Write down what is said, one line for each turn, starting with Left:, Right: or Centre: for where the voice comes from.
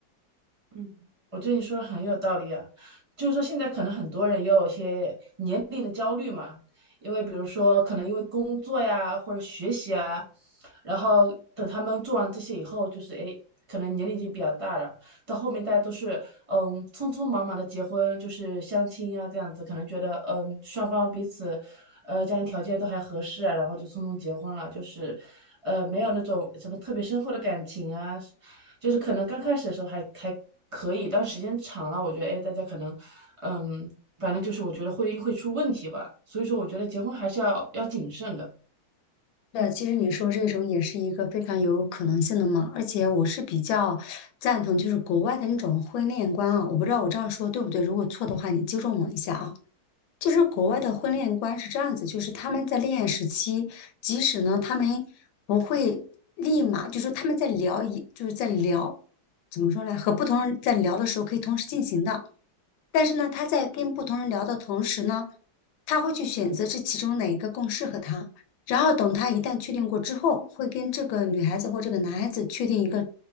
Right: 嗯，我觉得你说的很有道理啊，就是说现在可能很多人也有一些年龄的焦虑嘛，因为比如说可能因为工作呀或者学习啊，然后等他们做完这些以后，就是诶，可能年龄已经比较大了，到后面大家都是嗯匆匆忙忙的结婚，就是相亲啊这样子，可能觉得嗯双方彼此呃家庭条件都还合适啊，然后就匆匆结婚了，就是呃没有那种什么特别深厚的感情啊，就是可能刚开始的时候还还可以，但时间长了，我觉得哎，大家可能，嗯，反正就是我觉得会会出问题吧。所以说，我觉得结婚还是要要谨慎的。
Left: 对，其实你说这种也是一个非常有可能性的嘛，而且我是比较赞同就是国外的那种婚恋观啊，我不知道我这样说对不对，如果错的话你纠正我一下啊。就是国外的婚恋观是这样子，就是他们在恋爱时期，即使呢他们不会立马，就是他们在聊一，就是在聊，怎么说呢？和不同人在聊的时候可以同时进行的，但是呢，他在跟不同人聊的同时呢，他会去选择这其中哪一个更适合他，然后等他一旦确定过之后，会跟这个女孩子或这个男孩子确定一个